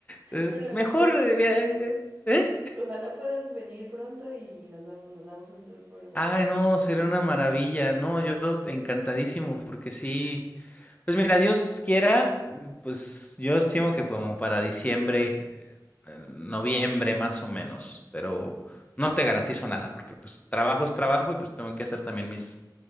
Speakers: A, on the left; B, on the right.
A: Es
B: Pero
A: mejor,
B: pues,
A: eh, mira, eh, ¿eh?
B: o- ojalá puedas venir pronto y nos vamos, nos damos un tour por Oaxaca.
A: Ay, no, sería una maravilla. No, yo encantadísimo, porque sí. Pues mira, Dios quiera, eh, pues yo estimo que como para diciembre, eh, noviembre más o menos, pero no te garantizo nada, porque pues trabajo es trabajo y pues tengo que hacer también mis